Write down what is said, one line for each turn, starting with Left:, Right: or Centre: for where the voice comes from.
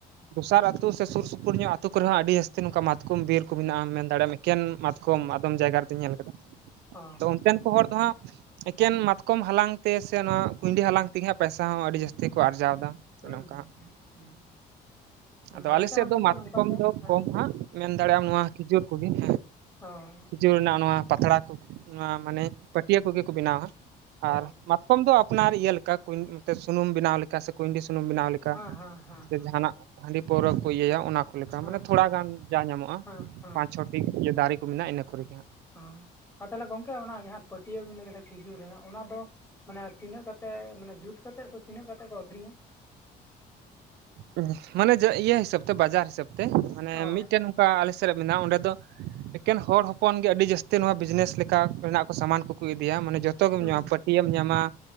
Right: ᱫᱚᱥᱟᱨ ᱟᱛᱩ ᱥᱮ ᱥᱩᱨ ᱥᱩᱯᱩᱨ ᱧᱚᱜ ᱟᱹᱛᱩ ᱠᱚᱨᱮ ᱦᱚᱸ ᱟᱹᱰᱤ ᱡᱟᱹᱥᱛᱤ ᱱᱚᱝᱠᱟ ᱢᱟᱛᱠᱚᱢ ᱵᱤᱨ ᱠᱚ ᱢᱮᱱᱟᱜᱼᱟ᱾ ᱢᱮᱱ ᱫᱟᱲᱮᱭᱟᱢ ᱢᱮ ᱮᱠᱮᱱ ᱢᱟᱛᱠᱚᱢ ᱟᱫᱚᱢ ᱡᱟᱭᱜᱟ ᱨᱮᱫᱩᱧ ᱧᱮᱞ ᱟᱠᱟᱫᱟ᱾
Left: ᱚ
Right: ᱛᱚ ᱚᱱᱛᱮᱱ ᱠᱚ ᱦᱚᱲ ᱫᱚ ᱦᱟᱸᱜ ᱮᱠᱮᱱ ᱢᱟᱛᱠᱚᱢ ᱦᱟᱞᱟᱝ ᱛᱮ ᱥᱮ ᱚᱱᱟ ᱠᱩᱸᱭᱰᱤ ᱦᱟᱞᱟᱝ ᱛᱮᱜᱮ ᱦᱟᱸᱜ ᱯᱟᱭᱥᱟ ᱦᱚᱸ ᱟᱹᱰᱤ ᱡᱟᱹᱥᱛᱤ ᱠᱚ ᱟᱨᱡᱟᱣ ᱮᱫᱟ᱾
Left: ᱦᱩᱸᱜᱼᱩᱸ
Right: ᱚᱱᱮ ᱚᱱᱠᱟ ᱦᱟᱸᱜ
Left: ᱦᱩᱸ ᱦᱩᱸ ᱦᱩᱸ, ᱦᱩᱸ
Right: ᱟᱫᱚ ᱟᱞᱮ ᱥᱮᱫ
Left: ᱦᱚᱸ
Right: ᱫᱚ
Left: ᱜᱚᱝᱠᱮ
Right: ᱢᱟᱛᱠᱚᱢ
Left: ᱱᱚᱝᱠᱟ ᱜᱮ
Right: ᱫᱚ
Left: ᱦᱮᱸ
Right: ᱠᱚᱢ ᱦᱟᱸᱜ, ᱢᱮᱱ ᱫᱟᱲᱮᱭᱟᱜᱼᱟᱢ ᱱᱚᱣᱟ ᱠᱷᱤᱡᱩᱨ ᱠᱩᱜᱤ᱾ ᱦᱮᱸ,
Left: ᱦ,
Right: ᱡᱩᱨ ᱨᱮᱱᱟᱜ ᱱᱚᱣᱟ ᱯᱟᱛᱲᱟ ᱠᱩ, ᱱᱚᱣᱟ ᱢᱟᱱᱮ ᱯᱟᱹᱴᱭᱟᱹ ᱠᱚᱜᱮ ᱠᱚ ᱵᱮᱱᱟᱣᱟ᱾
Left: ᱚ
Right: ᱟᱨ ᱠᱚᱢ ᱫᱚ ᱟᱯᱱᱟᱨ ᱤᱭᱟᱹ ᱞᱮᱠᱟ ᱠᱩᱸᱭ ᱥᱩᱱᱩᱢ ᱵᱮᱱᱟᱣ ᱞᱮᱠᱟ ᱥᱮ ᱠᱩᱸᱭᱰᱤ ᱥᱩᱱᱩᱢ ᱵᱮᱱᱟᱣ ᱞᱮ ᱠᱟ,
Left: ᱦᱮᱸ ᱦᱮᱸ ᱦᱮᱸ
Right: ᱥᱮ
Left: ᱦᱮᱸ
Right: ᱡᱟᱦᱟᱱᱟᱜ ᱦᱟᱺᱰᱤ ᱯᱟᱹᱣᱨᱟᱹ ᱠᱚ ᱤᱭᱟᱹᱭᱟ ᱚᱱᱟ ᱠᱚ ᱞᱮᱠᱟ
Left: ᱦᱮᱸ
Right: ᱢᱟᱱᱮ ᱛᱷᱚᱲᱟ ᱜᱟᱱ ᱡᱟ ᱧᱟᱢᱚᱜᱼᱟ,
Left: ᱦᱮᱸ ᱦᱮᱸ
Right: ᱯᱟᱸᱪ ᱪᱷᱚᱴᱤ ᱤᱭᱟᱹ ᱫᱟᱨᱮ ᱠᱚ ᱢᱮᱱᱟᱜᱼᱟ ᱤᱱᱟᱹ ᱠᱚᱨᱮᱜᱮ ᱦᱟᱸᱜ᱾
Left: ᱚ, ᱟᱨ ᱛᱟᱦᱚᱞᱮ ᱜᱚᱝᱠᱮ ᱚᱱᱟ ᱡᱟᱦᱟᱸ ᱯᱟᱹᱴᱭᱟᱹ ᱵᱤᱱ ᱞᱟᱹᱭ ᱠᱮᱫᱟ ᱠᱷᱤᱡᱩᱨ ᱨᱮᱱᱟᱜ ᱚᱱᱟ ᱫᱚ ᱢᱟᱱᱮ ᱛᱤᱱᱟᱹᱜ ᱠᱟᱛᱮ ᱢᱟᱱᱮ ᱡᱩᱛ ᱠᱟᱛᱮᱫ ᱫᱚ ᱛᱤᱱᱟᱹᱜ ᱠᱟᱛᱮᱫ ᱠᱚ ᱟᱹᱠᱷᱨᱤᱧᱟ?
Right: ᱚᱸᱜ ᱢᱟᱱᱮᱡ ᱤᱭᱟᱹ ᱦᱤᱥᱟᱹᱵ ᱛᱮ, ᱵᱟᱡᱟᱨ ᱦᱤᱥᱟᱹᱵ ᱛᱮ, ᱢᱟᱱᱮ
Left: ᱚ
Right: ᱢᱤᱫᱴᱮᱱ ᱚᱠᱟ ᱟᱞᱮ ᱥᱮᱫ ᱨᱮ ᱢᱮᱱᱟᱜᱼᱟ, ᱚᱸᱰᱮ ᱫᱚ ᱮᱠᱮᱱ ᱦᱚᱲ ᱦᱚᱯᱚᱱ ᱜᱮ ᱟᱹᱰᱤ ᱡᱟᱹᱥᱛᱤ ᱱᱚᱣᱟ ᱵᱤᱡᱽᱱᱮᱥ ᱞᱮᱠᱟ ᱨᱮᱱᱟᱜ ᱠᱚ ᱥᱟᱢᱟᱱ ᱠᱚᱠᱚ ᱤᱫᱤᱭᱟ ᱢᱟᱱᱮ ᱡᱚ ᱛᱚ ᱜᱮᱢ
Left: ᱦᱩᱸ
Right: ᱧᱟᱢᱟ᱾ ᱯᱟᱹᱴᱭᱟᱹᱢ ᱧᱟᱢᱟ